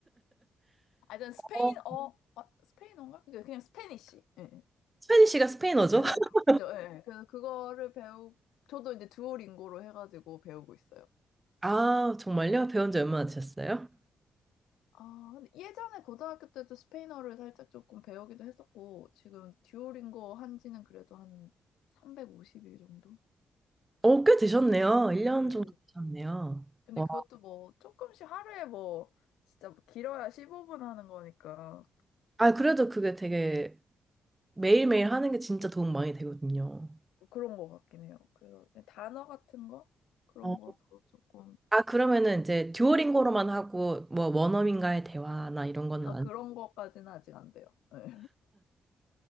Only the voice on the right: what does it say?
어,
스페니쉬가 스페인어죠?
<laughs>
아, 정말요? 배운 지 얼마나 되셨어요?
어, 꽤 되셨네요. 1년
정도 되셨네요.
와.
아, 그래도 그게 되게 매일매일 하는 게 진짜 도움 많이 되거든요.
어.
아, 그러면은 이제 듀오링고로만 하고 뭐 원어민과의 대화나 이런 거는
안,